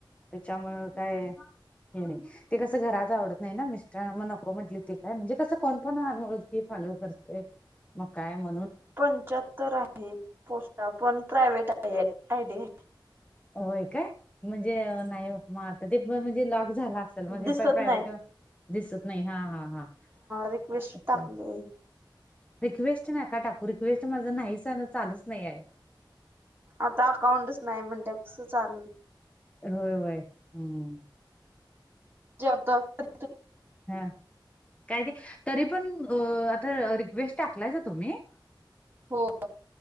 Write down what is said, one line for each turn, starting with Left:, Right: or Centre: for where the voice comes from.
Left: तेच्यामुळं काय हे नाही ते कसं घरात आवडत नाही ना मिस्टर म नको म्हटलीत ते काय म्हणजे कसं कोण पण आनोळखी फालो करतय, म काय म
Right: पंच्याहत्तर आहे पोस्टा पण प्रायव्हेट आहे आय डी.
Left: व्हय काय? म्हणजे नाही म आता ते पण म्हणजे लॉक झाल आस लं म्हणजे
Right: दिसत
Left: प प्रायव्हेट
Right: नाहीत
Left: दिसत नाही, हा हा हा.
Right: रिक्वेस्ट
Left: अ अच्छा,
Right: टाकली
Left: रिक्वेस्ट नका टाकू, री क्वेस्ट माझ नाहीच त्यानं चालूच नाही हाय.
Right: आता अकाऊंटच नाही म्हणल्यावर कसं चालु
Left: होय होय हुं,
Right: जेवतो <unintelligible>
Left: हा काय ते तरी पण अ आता रिक्वेस्ट टाकलायसा तुम्ही?
Right: होय.